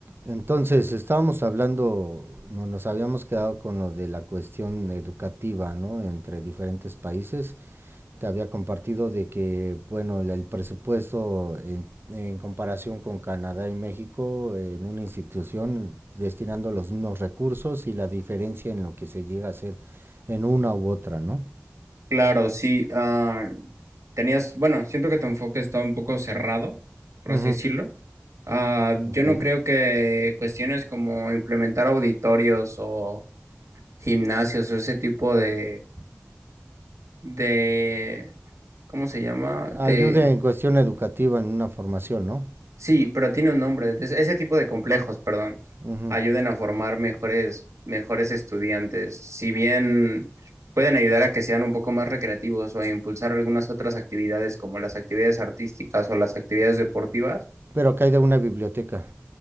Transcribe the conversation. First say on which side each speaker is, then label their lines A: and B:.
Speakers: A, on the right; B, on the right.
A: Entonces, estábamos hablando, no- nos habíamos quedado con lo de la cuestión educativa, ¿no? Entre diferentes países. Te había compartido de que, bueno, el el presupuesto en, en comparación con Canadá y México en una institución destinando los mismos recursos y la diferencia en lo que se llega a hacer en una u otra, ¿no?
B: Claro, sí. ah, tenías, bueno, siento que tu enfoque está un poco cerrado, por
A: Ujú,
B: así decirlo. Ah,
A: ok.
B: yo no creo que cuestiones como implementar auditorios o gimnasios o ese tipo de, de, ¿cómo se llama?
A: Ayuda
B: De
A: en cuestión educativa en una formación, ¿no?
B: Sí, pero tiene un nombre. Es- Ese tipo de complejos, perdón,
A: Ujú.
B: ayuden a formar mejores, mejores estudiantes. Si bien pueden ayudar a que sean un poco más recreativos o a impulsar algunas otras actividades como las actividades artísticas o las actividades deportivas,
A: Pero cae de una biblioteca.